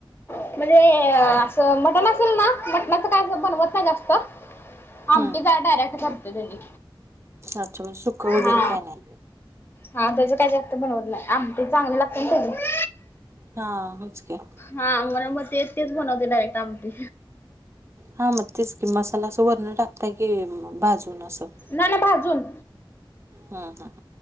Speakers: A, on the left; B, on the right.
A: म्हणजे असं मटण असल ना मटणाचं काय बनवत नाही जास्त
B: हम्म
A: आमटी का डायरेक्ट करते त्याची
B: अच्छा म्हणजे सुक वगैरे
A: हा
B: काय नाय
A: हा त्याच काही जास्त बनवत नाही आमटी चांगली लागते ना त्याची
B: हा मीचकी
A: हा मर म्हणून मग तेच तेच बनवते डायरेक्ट आमटी
B: हा मग तेच की मसाला असं वरण टाकताय की भाजून असं
A: नाही नाही भाजून
B: हम्म हम्म